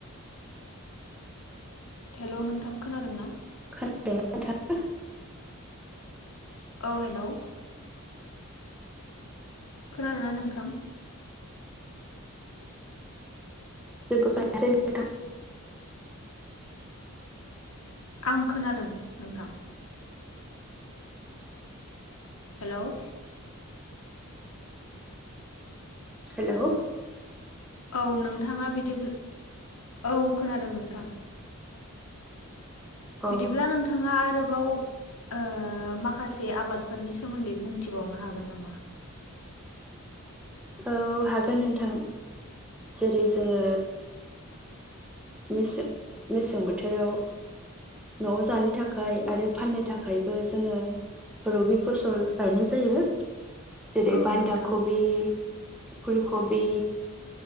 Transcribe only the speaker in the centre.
खोनादों नोंथां।
जेबो खोनासै नोंथां।
हेल'।
अ
औ हागोन नोंथां जेरै जोङो मेसें मेसें बोथोराव न'आव जानो थाखाय आरो फाननो थाखायबो जोङो रबि फसल गायनाय जायो जेरै
बान्दा
कबि फुलकबि